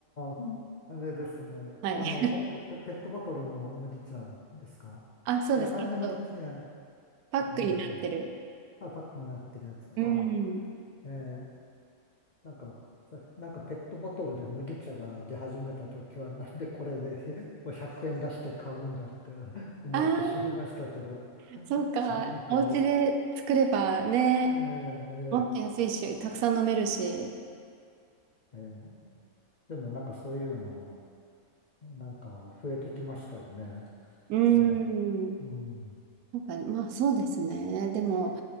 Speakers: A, on the left; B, on the right.
A: ーうんあ、れですね。
B: はい。
A: あの、
B: <laughs>
A: ペ、ペ、ペットボトルの麦茶ですか
B: あ、そうです。
A: やかんで麦茶、
B: あと、
A: え
B: パックになってる。
A: ーあ、うんあ、パックになってるやつ。
B: うん。
A: あー、えーなんか、さなんかペットボトルで麦茶が出始めた時は、なんでこれで100円出して買うんだって <laughs> 思ってしまいましたけど。
B: ああ、そうか。
A: なんか、
B: お家で作ればね、
A: ええ
B: もっと安いし、たくさん飲めるし。
A: ええええでもなんかそういうの、なんか増えてきましたよね。
B: う
A: うん。
B: ん。
A: うん。
B: なんか、まあ、そうですね。でも、